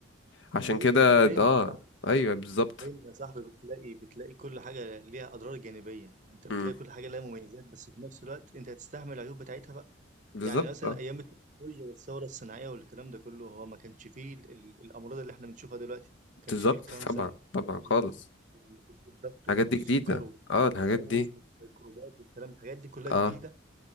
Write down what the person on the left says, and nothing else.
عشان
كده
اه
ايوه بالظبط
مم،
بالظبط
اه
بالظبط
طبعا
طبعا
خالص
الحاجات
دي جديدة
اه الحاجات دي
اه